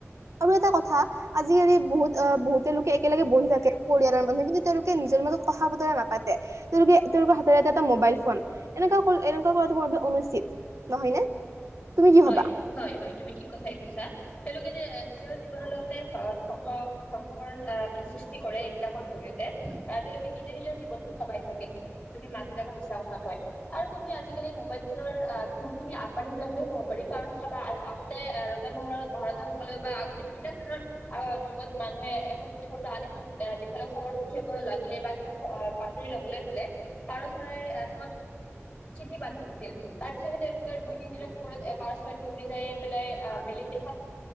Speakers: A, on the right; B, on the left.
A: আৰু এটা কথা আজিকালি বহুত বহুতে লোকে একেলগে বহি থাকে পৰিয়ালৰ মানুহে কিন্তু তেওঁলোকে নিজৰ মাজত কথা বতৰা নাপাতে। তেওঁলোকে তেওঁলোকৰ হাতত এটা এটা মোবাইল ফোন এনেকুৱা এনেকুৱা কৰাটো মোৰ বাবে অনুচিত নহয়নে? তুমি কি
B: হয়
A: ভাবা
B: হয় হয়, তুমি ঠিক কথাই কৈছা। তেওঁলোকে নিজৰ জীৱনৰ লগতে ধ ধ্বংস ধ্বংসকৰণ আহ মানে সৃষ্টি কৰে এইবিলাকৰ জৰিয়তে। আহ তেওঁলোকে নিজে নিজৰ জীৱনতো ঠগাই থাকে, তেওঁলোকে মাক দেউতাকক মিছা কথা কয়। আৰু তুমি আজিকালি মোবাইল ফোনৰ আহ বহুত খিনি আগবাঢ়ি যোৱা বুলিও কব পাৰি, কাৰণ চাবা আগতে ৰজা মহ মহাৰজাাসকলে বা আগতে বিভিন্ন ধৰণৰ আহ যুগত মানুহে এখন দেশৰ পৰা আন এখন দেশলৈ খবৰ পঠিয়াব লাগিলে বা কিবা বাতৰি লবলৈ হলে পাৰ চৰাই সিহত চিঠি বান্ধি দিছিল তাৰ পিছতহে তেওঁলোকে দুই তিনৰ পাৰ চৰাইটো উৰি যায় পেলাই বেলেগ দেশত